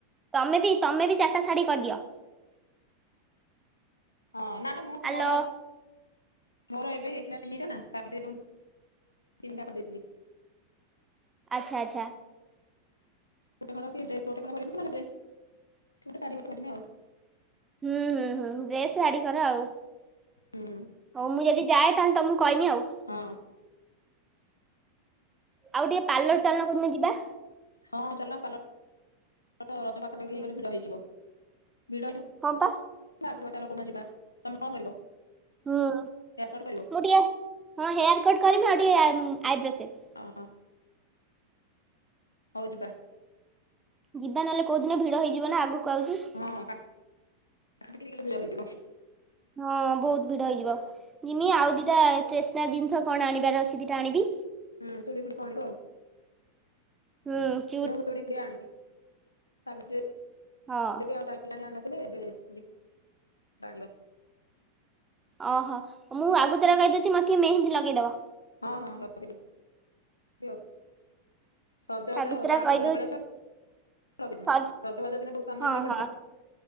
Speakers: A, on the right (about 15°); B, on the left (about 80°).
A: ତମେ ବି ତମେ ବି ଚାରଟା ଶାଢ଼ୀ କରଦିଅ।
B: ହଁ ନା ନା ମୁଁ
A: ହ୍ୟାଲୋ
B: ମୋର ମୋର ଏବେ ହେଇଥିଲାତିନିଟା ନା ସାବିତ୍ରୀରେ ତିନଟା କଦେଇଥିଲି।
A: ଆଚ୍ଛା ଆଚ୍ଛା
B: ଗୋଟେହଳ କି ଡ୍ରେସ ଗୋଟେ ହଳ କରିବି ନଲେ ଡ୍ରେସ୍ ଗୋଟେ ଶାଢ଼ୀ କରିମି ଆଉ।
A: ହୁଁ ହୁଁ ହୁଁ ଡ୍ରେସ ଶାଢ଼ୀ କର ଆଉ।
B: ହୁଁ।
A: ହଉ ମୁଁ ଯଦି ଯାଏ ତାହେଲେ ତ ମୁଁ କଇମି ଆଉ।
B: ହଁ।
A: ଆଉ ଟିକେ ପାର୍ଲର ଚାଲୁନ କୋଉଦିନ ଯିବା?
B: ହଁ ଚାଲ ପାଲର ରଜ ପାଖପାଖି ହେଇଗଲେ ଭିଡ଼ ହେଇଯିବ। ଭିଡ଼ ଭାଗିବ
A: ହଁ ପା
B: ତ ଆଗୁଆ ଚାଲ କୋଉଦିନ ଯିବା। ତମେ କଣ କରିବ?
A: ହୁଁ ମୁଁ
B: ହେୟାର କଟ୍ କରିବ
A: ଟିକେ ହଁ ହେୟାର କଟ୍ କରିମି ଆଉ ଟିକେ ଆଇବ୍ରୋ ସେଫ।
B: ଅହ। ହୋଉ ଯିବା।
A: ଯିବା ନହେଲେ କୋଉ ଦିନ ଭିଡ ହେଇଯିବ ନା ଆଗକୁ ଆଉଚି।
B: ହଁ ପାଖାପାଖି ହେଈଗଲେ ଭିଡ଼ ହେଇଯିବ।
A: ହଁ ବହୁତ ଭିଡ ହେଇଯିବ। ଜିମି ଆଉ ଦିଟା ଟେସନାରି ଜିନିଷ କଣ ଆଣିବାର ଅଛି ଦିଟା ଆଣିବି।
B: ହୁଁ ଚୁଡ଼ି ଫୁଡ଼ି କଣ ଆଣିବ ଆଉ।
A: ହୁଁ।
B: ମୁଁ ଚୁଡ଼ି ଫୁଡ଼ି ଆଣିବି ସାବିତ୍ରୀ
A: ହଁ।
B: ଆଉ ଟାଙ୍ଗିଲାଣି ନଥିଲେ ଏବେ ଯିବା ଆଣିବା।
A: ଅ ହ ମୁଁ ଆଗତୁରା କହିଦୋଉଚି ମତେ ଟିକେ ମେହେନ୍ଦୀ ଲଗେଇଦବ।
B: ହଁ ହଁ ଲଗେଇଦେବି ଆଉ। ସଜବାଜ
A: ଆଗୁତୁରା
B: ତା ଆଗ
A: କହିଦଉଛି
B: ଦିନ ପଳିଆସିବ ଲଗେଇଦେମୀ।
A: ସଜ
B: ସଜବାଦ ଦିନ ବୋହୁତ କାମ
A: ହଁ
B: ନା ପିଠା
A: ହଁ
B: ଫିଟା